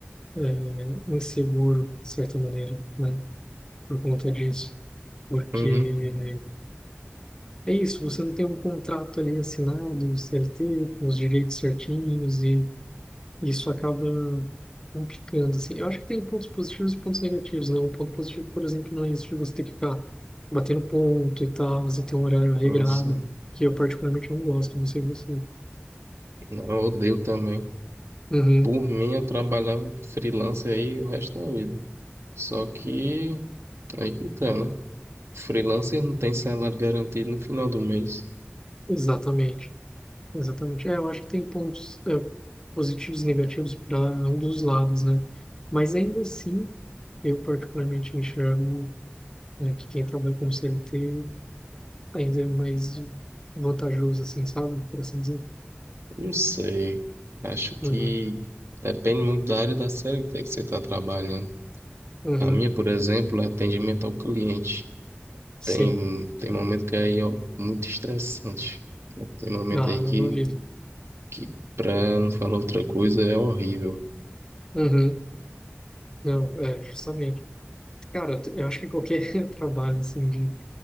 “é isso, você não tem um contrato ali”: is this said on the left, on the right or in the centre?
Left